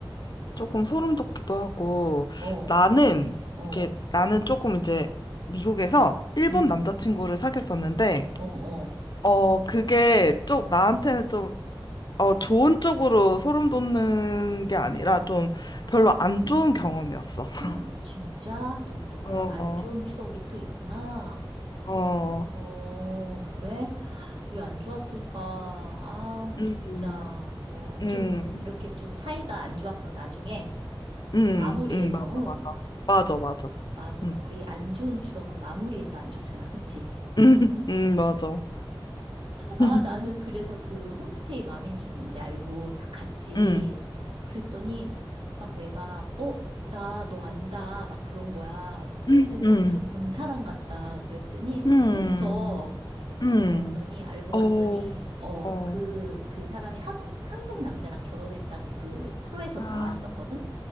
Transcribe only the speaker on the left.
조금 소름 돋기도 하고
나는
이게 나는 조금 이제 미국에서 일본
남자친구를 사귀었었는데
어 그게 좀 나한테는 좀 어 좋은 쪽으로 소름 돋는 게 아니라 좀 별로 안 좋은 경험이었어. <laughs>
어,
어,
음,
음,
음,
음, 맞아,
맞아, 맞아,
맞아,
음,
음, <laughs> 음, 맞아,
<laughs>
음, 음,
음,
음,
음.
음.
어,
어,
아,